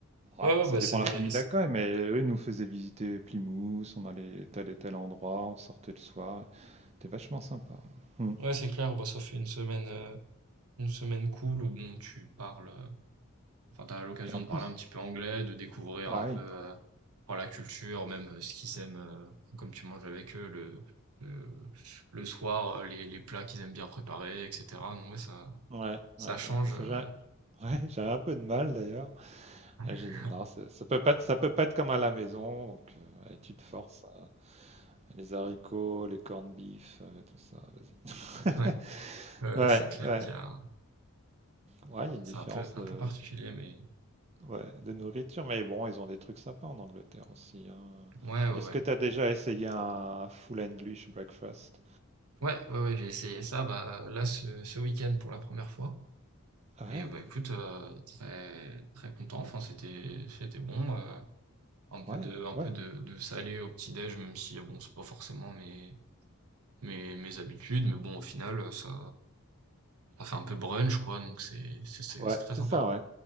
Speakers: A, on the right; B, on the right.
A: Ouais,
B: Ouais,
A: ouais,
B: ça
A: bah,
B: dépend
A: c'est des,
B: de la famille d'accueil, mais eux, ils nous faisaient visiter Plymouth, on allait tel et tel endroit, on sortait le soir. C'était vachement sympa. Mm.
A: ouais, c'est clair, bah, ça fait une semaine, euh, une semaine cool où bon, tu parles, euh, enfin, t'as l'occasion
B: Et en
A: de
B: plus,
A: parler un petit peu anglais, de découvrir
B: ouais.
A: un peu, euh, voilà, la culture, même euh, ce qu'ils aiment, euh, comme tu manges avec eux le, le, le soir, euh, les, les plats qu'ils aiment bien préparer, etc. Donc, ouais, ça,
B: Ouais,
A: ça
B: ouais, ouais.
A: change,
B: Ça,
A: euh,
B: j'ai <laughs> ouais, j'ai un peu de mal d'ailleurs.
A: <laughs>
B: Et J'ai dit non, c'est- ça peut pas, ça peut pas être comme à la maison. Donc, euh, allez, tu te forces. euh, les haricots, les corned beef, euh, tout ça. Vas-y.
A: Ouais,
B: <laughs>
A: ouais,
B: Ouais,
A: c'est clair
B: ouais.
A: qu'il y a,
B: Ouais, il y a une
A: c'est
B: différence
A: un peu, un
B: de,
A: peu particulier, mais
B: Ouais, de nourriture, mais bon, ils ont des trucs sympas en Angleterre aussi, hein.
A: ouais, ouais,
B: Est-ce
A: ouais,
B: que tu as déjà essayé un full English breakfast?
A: ouais, ouais, ouais, j'ai essayé ça, bah, là, ce, ce week-end pour la première fois.
B: Ouais,
A: Et euh, bah écoute, heu, très très content, enfin c'était c'était bon, heu, un peu
B: ouais,
A: de un
B: ouais.
A: peu de de salé au petit-déj, même si euh, bon c'est pas forcément mes mes mes habitudes, mais bon au final, heu, ça ça fait un peu brunch quoi, donc c'est c'est c'est
B: Ouais,
A: c'est très
B: c'est
A: sympa.
B: ça, ouais.